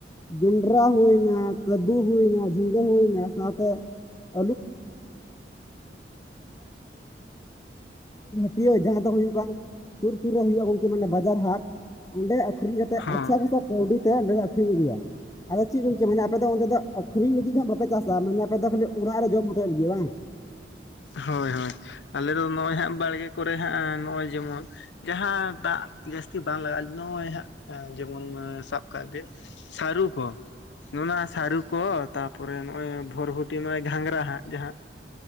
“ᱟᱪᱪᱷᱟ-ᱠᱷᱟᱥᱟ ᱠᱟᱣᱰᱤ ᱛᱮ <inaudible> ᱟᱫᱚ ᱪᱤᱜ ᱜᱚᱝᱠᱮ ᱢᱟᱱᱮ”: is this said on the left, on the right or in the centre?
Left